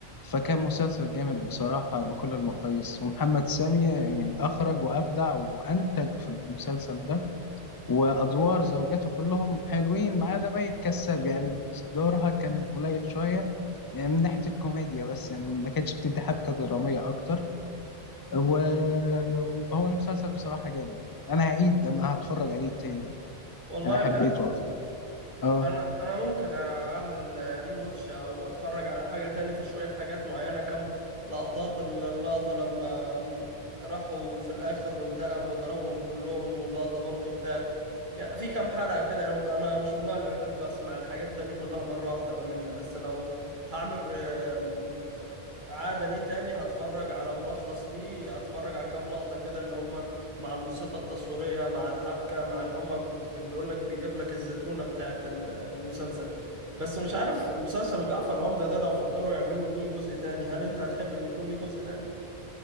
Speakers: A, on the left; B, on the right.
A: فكان مسلسل جامد بصراحة بكل المقاييس ومحمد سامي يعني أخرج وأبدع وأنتج في المسلسل ده وأدوار زوجاته كلهم حلوين ما عدا مي الكساب يعني دورها كان قليل شوية يعني من ناحية الكوميديا بس يعني ما كانتش بتدي حبكة درامية أكتر و- وهو المسلسل بصراحة جامد يعني أنا هعيد أنا هتفرج عليه تاني
B: والله
A: أنا حبيته
B: بجد
A: أصلا أه
B: انا انا ممكن اعمل ري واتش او اتفرج على حاجه تاني في شويه حاجات معينه كم لقطات اللقطه لما راحوا في الاخر وانتقم وضربهم كلهم واللقطه برضو بتاعت يعني في كم حلقه كده انا أنا مش من النوع اللي بحب اسمع الحاجات التانية كلها مره واحده بمل بس لو هعمل آه، عاده ليه تاني هتفرج على ملخص ليه هتفرج على كام لقطه كده اللي هم مع الموسيقى التصويريه مع الحبكه مع اللي هم بيقول لك بيجيب لك الزتونه بتاعت ال المسلسل بس مش عارف مسلسل جعفر العمدة ده لو فكروا يعملوا ليه جزء تاني هل انت هتحب انه يكون ليه جزء تاني؟